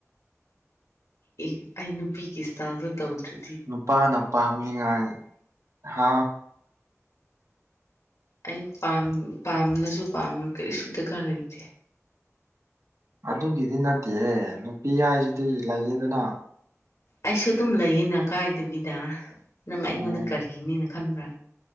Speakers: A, on the left; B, on the right.
A: ꯑꯦ ꯑꯩ ꯅꯨꯄꯤꯒꯤ ꯏꯁꯇꯥꯢꯜꯗꯣ ꯇꯧꯗ꯭ꯔꯤ
B: ꯅꯨꯄꯥꯅ ꯄꯥꯝꯅꯤꯡꯉꯥꯏ ꯍꯥ
A: ꯑꯩ ꯄꯥꯝ ꯄꯥꯝꯂꯁꯨ ꯄꯥꯝ ꯀꯔꯤꯁꯨ ꯗꯔꯀꯥꯔ ꯂꯩꯇꯦ
B: ꯑꯗꯨꯒꯤꯗꯤ ꯅꯠꯇꯦꯍꯦ ꯅꯨꯄꯤ ꯍꯥꯏꯁꯤꯗꯤ ꯂꯩꯌꯦꯗꯅ
A: ꯑꯩꯁꯨ ꯑꯗꯨꯝ ꯂꯩꯌꯦꯅ ꯀꯥꯏꯗꯕꯤꯗ ꯅꯪ ꯑꯩꯉꯣꯟꯗ
B: ꯑꯣ
A: ꯀꯔꯤꯅꯦꯅ ꯈꯟꯕ꯭ꯔꯥ